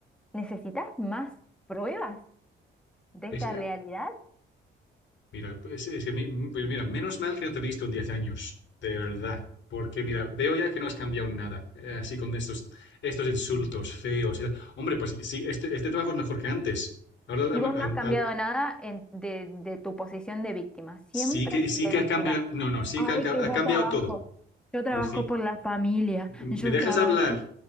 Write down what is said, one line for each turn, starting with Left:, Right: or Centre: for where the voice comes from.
Centre: necesitas más pruebas de
Left: Es,
Centre: esta
Left: eh,
Centre: realidad?
Left: Mira, pues es que, mi- pues mira, menos mal que no te he visto en 10 años, de verdad. Porque mira, veo ya que no has cambiado nada, eh, así con estos, estos insultos feos y tal. Hombre, pues sí, sí, este, este trabajo es mejor que antes. Ahora al-
Centre: Y vos
Left: al-
Centre: no has cambiado
Left: al-
Centre: nada en- de, de tu posición de víctima, siempre
Left: sí que sí
Centre: de
Left: que
Centre: víctima.
Left: ha cambiado, no, no, sí
Centre: Ay,
Left: que han ha,
Centre: que yo
Left: cambiado
Centre: trabajo.
Left: todo.
Centre: Yo trabajo
Left: Lucy,
Centre: por la familia,
Left: ¿Me
Centre: yo
Left: dejas
Centre: trabajo.
Left: hablar?